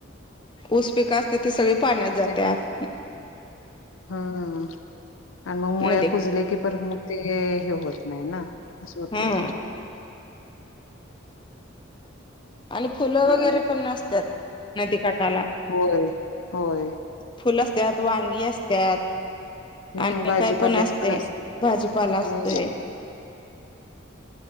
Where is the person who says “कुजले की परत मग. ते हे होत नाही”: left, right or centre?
Left